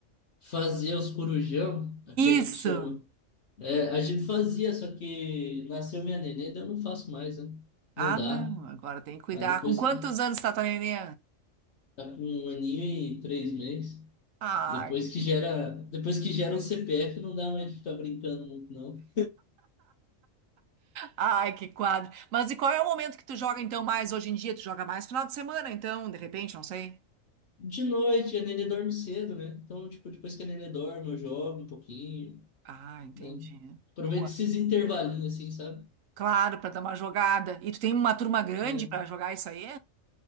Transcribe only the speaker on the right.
Isso.
Ah,
não, agora tem que cuidar.
Com quantos
anos tá tua neném?
Ai,
que bonito.
Ai, que quadro. Mas e qual é o momento que tu joga então mais hoje em dia? Tu joga mais final de semana, então, de repente, não sei.
Ah, entendi.
Boa.
Claro, pra dar uma jogada. E tu tem uma turma grande
pra jogar isso aí?